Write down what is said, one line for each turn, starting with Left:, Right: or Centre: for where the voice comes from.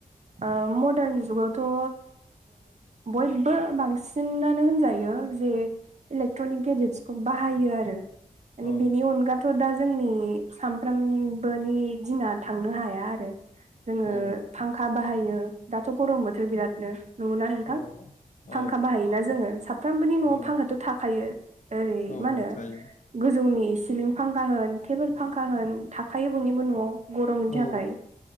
Right: ओ मदार्न जुगावथ' ओ बयबो बांसिनानो होन जायो जे इलेक्ट्रनिक गेजेटसखौ बाहायो आरो माने
Left: औ
Right: बिनि अनगा थ' दा जोंनि सामफ्रामबोनि दिना थांनो हाया आरो जोङो
Left: औ
Right: फांखा बाहायो दाथ' गरम बोथोर बिरादनो नंगौना नोंथां
Left: औ
Right: फांखा
Left: औ
Right: बाहायोना जोङो साफ्रामबोनि न'आव
Left: औ
Right: फांखाथ' थाखायो ओरै
Left: औ
Right: मा होनो
Left: थायो
Right: गोजौनि सिलिं फांखा होन टेबोल फांखा होन थाखायो बयनिबो न'आव गरमनि
Left: औ
Right: थाखाय